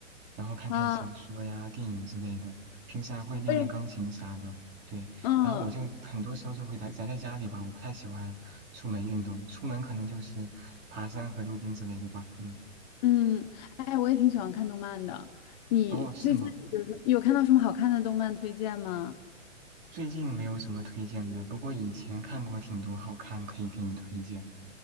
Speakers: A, on the right; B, on the left.
A: 然后看看小说呀、
B: 啊，
A: 电影之类的。平时还会练练钢琴啥的，
B: 为
A: 对。
B: 嗯
A: 然后我就很多时候就会宅宅在家里吧，我不太喜欢。出门运动，出门可能就是爬山和溜冰之类的吧。嗯，
B: 嗯，哎，我也挺喜欢看动漫的。你最近有什有看到什么好看的动漫推荐吗？
A: 哦，是吗？最近没有什么推荐的，不过以前看过挺多好看，可以给你推荐。